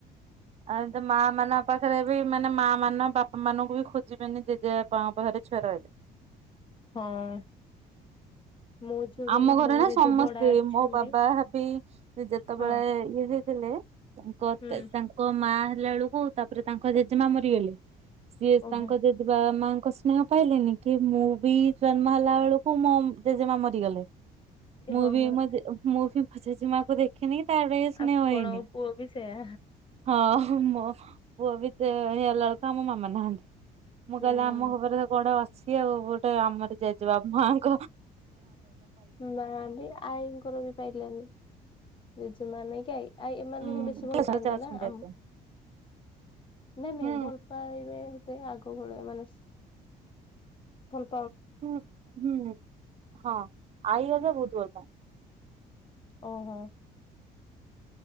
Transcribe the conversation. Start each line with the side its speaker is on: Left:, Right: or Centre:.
Right: ଆ ତ ମା ମାନ ପାଖରେ ବି ମାନେ ମା ମାନ ବାପା ମାନଙ୍କୁ ବି ଖୋଜିବେନି ଯେଜେପାଙ୍କ ପାଖରେ ଛୁଆ ରହିଲେ।
Left: ହଁ ମୋ ଝିଅ କିନ୍ତୁ
Right: ଆମ ଘର
Left: ଘରେ
Right: ନା ସମସ୍ତେ
Left: ଯୋଉ ଭଡା ଅଛନ୍ତି
Right: ମୋ ବାବା ଭାବି ଯେତେବେଳେ
Left: ହଁ
Right: ଇଏ ହେଇଥିଲେ। ତାଙ୍କ
Left: ହୁଁ
Right: ତାଙ୍କ ମା ଥିଲା ବେଳକୁ ତାପରେ ତାଙ୍କ ଜେଜେମା ମରିଗଲେ। ସିଏ
Left: ଓହୋ
Right: ତାଙ୍କ ଯଦି ବାପ ମା କୃଷ୍ଣା ପାଇଲିନି କି ମୁଁ ବି ଜନ୍ମ ହେଲା ବେଳକୁ ମୋ ମା ମରି ଗଲେ
Left: ଏ
Right: ମୁଁ
Left: ହଁ
Right: ଭି
Left: ହଁ
Right: ମୁଁ ଭି ଆ ଜେଜେ ମାକୁ ଦେଖିନି। <unintelligible> ହଁ <unintelligible>
Left: ଆପଣଙ୍କ ପୁଅ ବି ସେୟା
Right: ପୁଅ ବି ତ ହେ <unintelligible> ଆମ ମା ନାହାନ୍ତି। ମୁଁ
Left: ହୁଁ।
Right: କହିଲେ ଆମ ଘର ଉପରେ ତ ଗୋଡ ବସ ସିଏ ଗଟେ ଆମର ଜେଜେବାବା ମାଙ୍କ
Left: ମା ଆଇଙ୍କର ବି ପାଇଲାନି। ଜେଜେ ମାଆ କି ଆଇ ଆ ଏମାନେ
Right: ହୁଁ।
Left: ହିଁ ବେଶୀ ଭଲ
Right: ସହିତ
Left: ପାଆନ୍ତି
Right: ଅଛନ୍ତି
Left: ନା,
Right: ଏତେ।
Left: ଆମ ନାଇଁ ନାଇଁ
Right: ହୁଁ
Left: ଭଲ ପାଇବେ ଆଗ ସବୁଳେ ମାନେ ଭଲ୍
Right: ହଁ ହଁ ହଁ ଆଈ ଅଜ ଭହୁତ ଭଲପାନ୍ତି।
Left: ଓ ହୋ